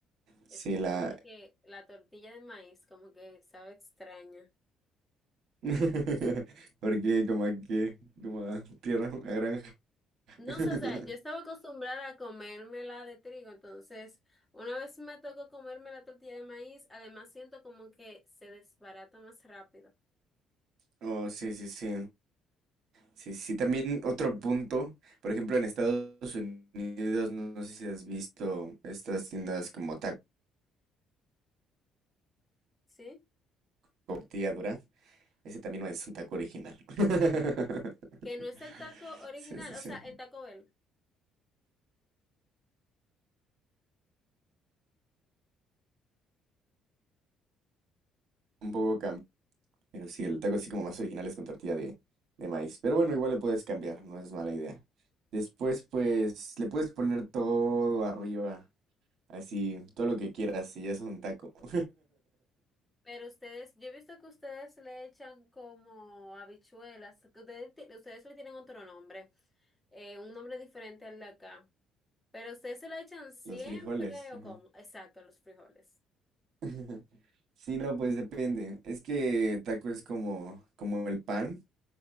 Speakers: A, on the right (about 65°); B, in the centre.
A: Sí,
B: Es que
A: la...
B: siento que la tortilla de maíz como que sabe extraña.
A: <laughs> Porque como aquí, como a tierra, a granja.
B: No
A: <laughs>
B: sé, o sea, yo estaba acostumbrada a comérmela de trigo, entonces una vez me tocó comerme la tortilla de maíz, además siento como que se desbarata más rápido,
A: Oh, sí, sí, sí. Sí, sí. También otro punto, por ejemplo, en Estados Unidos, no, no sé si has visto estas tiendas como taco
B: ¿sí?
A: tortilla dura. Ese también no es un taco original. <laughs>
B: Que no es el taco original,
A: Sí, sí,
B: o
A: sí.
B: sea, en Taco Bell.
A: Un poco Pero sí, el taco así como más original es con tortilla de, de maíz. Pero bueno, igual le puedes cambiar, no es mala idea. Después, pues, le puedes poner todo arriba, así, todo lo que quieras, y ya es un taco. <laughs>
B: Pero ustedes, yo he visto que ustedes le echan como habichuelas, que ustedes, ti- ustedes le tienen otro nombre, eh, un nombre diferente al de acá. Pero ustedes se la echan siempre
A: Los frijoles.
B: o
A: ajá.
B: cómo? Exacto, a los frijoles.
A: <laughs> Sí, no, pues depende. Es que taco es como, como el pan,